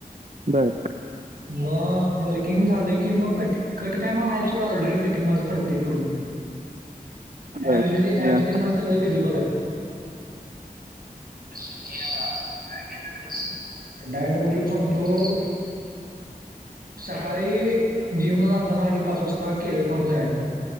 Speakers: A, on the right (about 55°); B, on the right (about 80°).
A: बरं
B: हो मग बल्किंग झालं की मग कटि कट काय मला व्हायचं ऑलरेडी कटिंग माझ पडते पूर्ण माझं
A: बर अं,
B: सगळं विजिबल आहे. हे आपलं डाएट काय करतोयस डाएट बघ तुला सांगतो. सकाळी जिमला जाताना आधी पाच वाजता केळ खाऊन जायच.